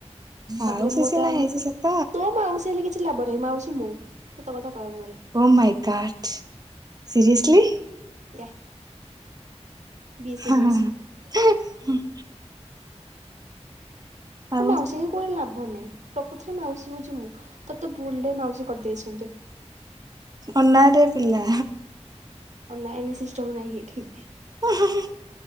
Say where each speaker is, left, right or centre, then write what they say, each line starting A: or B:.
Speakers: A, on the right; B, on the right.
A: ତାପରେ
B: ଆଉ ସେ
A: ମୁଁ
B: ସିନା
A: ତା
B: ହେଇଛି
A: ମ
B: ସତ
A: ତୋ ମାଉସୀ ହେଲେ କିଛି ଲାଭ ନାହିଁ ମାଉସୀ ମୁଁ ସତ କଥା କହିବାକୁ ଗଲେ
B: ଓ ମାଇ ଗଡ ସିରିୟେସଲି।
A: ୟା। ବି ସିରିୟସ୍
B: ହାଁ ହାଁ ହାଁ ହୁଁ। ଆଉ
A: ତୁ ମାଉସୀ କୁଆଡ଼େ ଲା ଭ ନାଇଁ ପ୍ରକୃତରେ ମାଉସୀ ହଉଛି ମୁଁ ତତେ ଭୁଲରେ ମାଉସୀ କରିଦେଇଛନ୍ତି।
B: ଅନା ରେ ପିଲା।
A: ଅନା ଅନି ସିଷ୍ଟମ ନାହିଁ ଏଠି।
B: ହୁଁ ହୁଁ ହୁଁ।